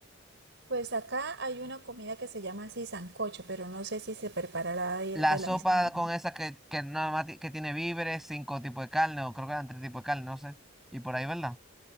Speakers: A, on the right; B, in the centre.
A: Pues acá hay una comida que se llama así sancocho, pero no sé si se preparará de
B: La
A: de
B: sopa
A: la misma manera.
B: con esa que, que nada más ti- que tiene víveres, cinco tipos de carne, o creo que eran tres tipos de carne, no sé. Y por ahí, ¿verdad?